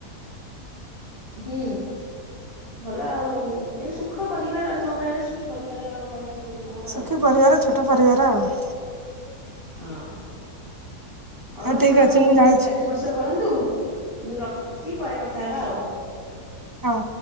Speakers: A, on the left; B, on the right.
A: ହୁଁ। ଭଲ ଆଉ। ଏଇ ସୁଖ ପରିବାର ତମେ କହିବାଟା ସୁଖୀ ପରିବାର କହିବାକୁ ଗଲେ। ତମର
B: ସୁଖୀ
A: ଆଉ।
B: ପରିବାର ଛୋଟ ପରିବାର ଆଉ।
A: ହଁ। ହଉ ଆପଣ
B: ଠିକ ଅଛି
A: ମୋ
B: ମୁଁ ଯାଉଛି
A: ପାଇଁ ଖାଦ୍ୟ ପ୍ରସ୍ତୁତ କରନ୍ତୁ। ମୁଁ ରଖୁଚି ପରେ କଥା ହବା ଆଉ।
B: ହଉ।